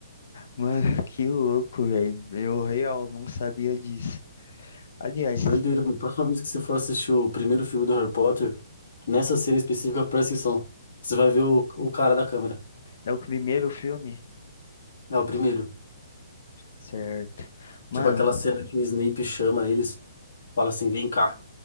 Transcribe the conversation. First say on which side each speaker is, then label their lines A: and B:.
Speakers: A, on the left; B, on the left.
A: mano, <laughs> que louco, velho. Eu real não sabia disso. Aliás,
B: Doideira, mano. Próxima vez que você for assistir o primeiro filme do Harry Potter, nessa cena específica, presta atenção. Você vai ver o, o cara da câmera.
A: é o primeiro filme?
B: É o primeiro.
A: Certo. Mano,
B: Tipo aquela cena que o Snape chama eles, fala assim: vem cá,